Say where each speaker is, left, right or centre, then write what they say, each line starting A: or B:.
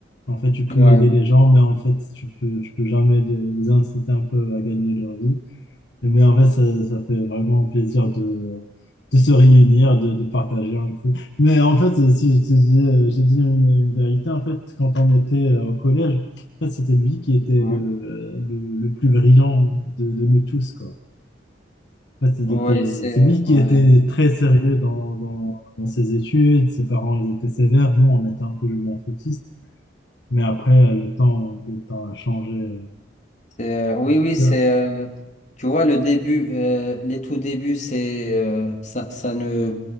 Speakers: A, on the left; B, on the left.
A: En fait, tu peux
B: ouais,
A: aider les gens, mais en fait, tu peux, tu peux jamais les les inciter un peu à gagner leur vie. Mais en fait, ça, ça fait vraiment plaisir de, de se réunir, de, de partager un peu. Mais en fait, euh, si je te dis, euh, j'ai dit une, une vérité, en fait, quand on était euh, au collège, en fait, c'était lui qui était
B: ouais,
A: le, le, le plus brillant de, de nous tous, quoi. En fait, il
B: ouais,
A: était,
B: c'est,
A: c'est
B: euh,
A: lui qui
B: ouais.
A: était très sérieux dans, dans, dans ses études, ses parents ils étaient sévères, nous, on était un peu je m'en foutiste. Mais après, euh, le temps, le temps a changé. euh,
B: C'est, euh, oui, oui,
A: ça.
B: c'est. euh, tu vois, le début, euh, les tout débuts, c'est. euh, ça, ça ne.